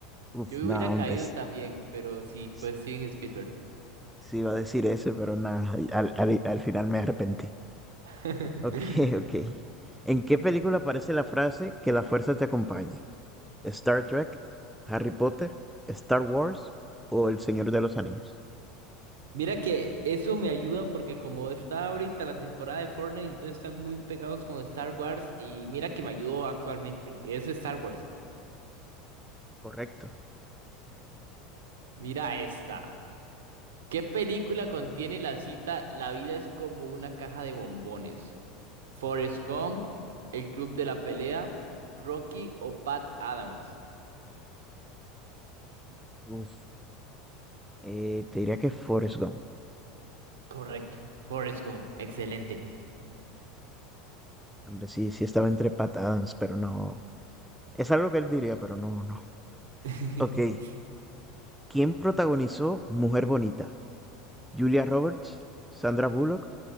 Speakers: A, in the centre; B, on the right.
A: Uf,
B: Yo
A: no,
B: hubiera
A: hombre.
B: caído
A: s-
B: también, pero sí,
A: s-
B: fue Steven Spielberg.
A: Sí iba a decir ese, pero nada, al, al- al final me arrepentí.
B: <laughs>
A: Ok, <laughs> ok. ¿En qué película aparece la frase que la fuerza te acompañe? Star Trek, Harry Potter, Star Wars o El Señor de los Anillos.
B: Mira que eso me ayuda porque como está ahorita la temporada de Fortnite, entonces están muy pegados con Star Wars y mira que me ayudó actualmente. Es Star Wars.
A: Correcto.
B: Mira esta. ¿Qué película contiene la cita La vida es como una caja de bombones? ¿Forrest Gump, El Club de la Pelea, Rocky o Pat Adams?
A: Uf, eh, te diría que Forrest Gump.
B: Correcto, Forrest Gump, excelente.
A: Hombre, sí, sí estaba entre Pat Adams, pero no. Es algo que él diría, pero no, no.
B: <laughs>
A: Ok. ¿Quién protagonizó Mujer Bonita? ¿Julia Roberts, Sandra Bullock,